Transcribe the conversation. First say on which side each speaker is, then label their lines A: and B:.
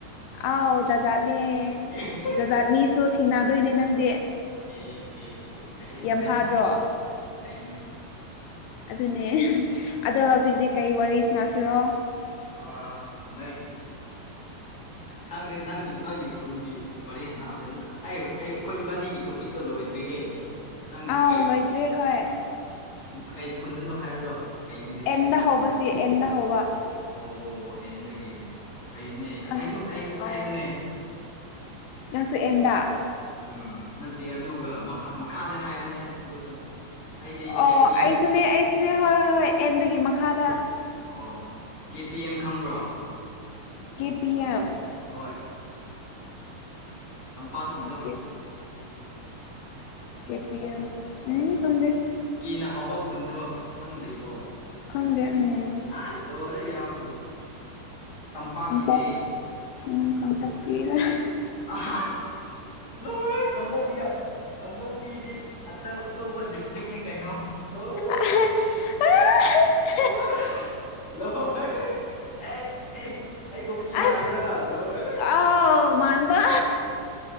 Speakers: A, on the left; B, on the left.
A: ꯑꯥꯎ ꯖꯖꯥꯠꯅꯦ
B: ꯑꯦ
A: ꯖꯖꯥꯠ ꯃꯤꯁꯨ ꯊꯤꯡꯅꯗꯣꯏꯅꯦ ꯅꯪꯗꯤ
B: ꯑꯦ ꯑꯦ ꯑꯦ ꯐꯩꯌꯦ
A: ꯌꯥꯝ
B: ꯐꯩꯌꯦ
A: ꯐꯥꯗ꯭ꯔꯣ
B: ꯐꯩꯅꯦ
A: ꯑꯗꯨꯅꯦ ꯑꯗꯣ ꯍꯧꯖꯤꯛꯇꯤ ꯀꯩ ꯋꯥꯔꯤ ꯁꯅꯥꯁꯤꯔꯣ
B: ꯑ ꯅꯣꯏ ꯈꯪꯗꯦ ꯅꯪꯒꯤ ꯅꯣꯏꯒꯤ ꯈꯨꯟꯒꯤ ꯋꯥꯔꯤ ꯁꯥꯅꯕꯅꯦ ꯑꯩ ꯑꯩ ꯑꯩꯈꯣꯏ ꯏꯕꯥꯅꯤꯒꯤ ꯇꯣꯄꯤꯛꯇꯣ ꯂꯣꯏꯗ꯭ꯔꯤꯍꯦ ꯅꯪ
A: ꯑꯥꯎ
B: ꯀꯩ
A: ꯂꯣꯏꯗ꯭ꯔꯤ ꯍꯣꯏ
B: ꯀꯩ ꯈꯨꯟꯗꯅꯣ ꯍꯥꯏꯕꯗꯣ ꯀꯩꯒꯤ ꯗꯤꯁꯇ꯭ꯔꯤꯛꯇꯅꯣ
A: ꯑꯦꯟꯅ ꯍꯧꯕ ꯁꯤ ꯑꯦꯟꯅ ꯍꯧꯕ
B: ꯑꯣ ꯑꯦꯟꯗꯒꯤ ꯐꯩꯅꯦ
A: ꯈꯪꯉꯦ
B: ꯑꯩꯁꯨ ꯑꯩꯁꯨ
A: ꯑꯥꯎ
B: ꯑꯩꯁꯨꯅꯦ
A: ꯅꯪꯁꯨ ꯑꯦꯟꯗꯥ
B: ꯎꯝ ꯅꯠꯇꯦ ꯑꯗꯨꯒ ꯃꯈ ꯃꯈꯥꯗ ꯍꯥꯏꯕꯅꯤꯗ ꯑꯗꯨꯁꯨ ꯑꯩꯗꯤ
A: ꯑꯣ
B: ꯀꯦ ꯄꯤ ꯑꯦꯝ
A: ꯑꯩꯁꯨꯅꯦ ꯑꯩꯁꯨꯅꯦ ꯍꯣꯏ ꯍꯣꯏ ꯍꯣꯏ ꯑꯦꯟꯗꯒꯤ ꯃꯈꯥꯗ
B: ꯑꯣ ꯀꯦ ꯄꯤ ꯑꯦꯝ ꯈꯪꯕ꯭ꯔꯣ
A: ꯀꯦ ꯄꯤ ꯑꯦꯝ
B: ꯍꯣꯏ ꯇꯝꯄꯥꯛꯒꯤꯗꯣ
A: ꯀꯦ ꯀꯦ ꯄꯤ ꯑꯦꯝ ꯎꯝ ꯈꯪꯗꯦ
B: ꯀꯦꯅ ꯍꯥꯎꯕ ꯈꯨꯟꯗꯣ ꯈꯪꯗ꯭ꯔꯤꯕꯣ
A: ꯈꯪꯗꯦ ꯎꯝ
B: ꯑꯁ ꯂꯣꯏꯔꯦ ꯌꯥꯝ ꯇꯝꯄꯥꯛꯒꯤꯅꯦ
A: ꯀꯥꯡꯄꯣꯛ ꯎꯝ ꯈꯪꯗꯦ <unintelligible>
B: ꯑꯍꯥꯁ ꯂꯣꯏꯔꯦ ꯀꯝꯕꯣꯕꯤꯌꯥꯠ ꯀꯥꯡꯄꯣꯛꯄꯤꯗꯤ ꯑꯇꯞ ꯑꯇꯣꯞꯄ ꯗꯤꯁꯇ꯭ꯔꯤꯛꯅꯦ ꯀꯩꯅꯣ ꯂꯣꯢꯔꯦ
A: <unintelligible>
B: <unintelligible> ꯂꯣꯏꯔꯦ ꯑꯦ ꯑꯦ ꯑꯩ ꯀꯨꯀꯤ
A: ꯑꯁ
B: ꯃꯥꯟꯕ꯭ꯔꯥ ꯂꯣꯏꯔꯦ
A: ꯑꯥꯎ ꯃꯥꯟꯕꯥ